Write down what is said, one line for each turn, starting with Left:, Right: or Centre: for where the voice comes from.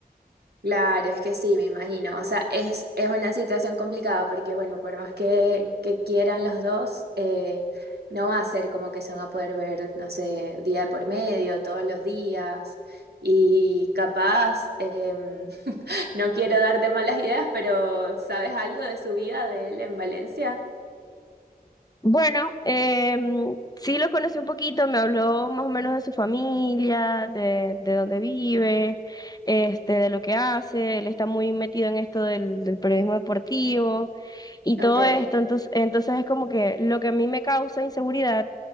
Right: Claro, es que sí, me imagino. O sea, es, es una situación complicada porque, bueno, por más que, que quieran los dos, eh, no va a ser como que se van a poder ver, no sé, día de por medio, todos los días. Y capaz, em, <laughs> no quiero darte malas ideas, pero ¿sabes algo de su vida de él en Valencia?
Left: Bueno, em, sí lo conocí un poquito, me habló más o menos de su familia, de, de dónde vive, este, de lo que hace, él está muy metido en esto del, del periodismo deportivo y todo
Right: Ok,
Left: esto, entonces, entonces es como que lo que a mí me causa inseguridad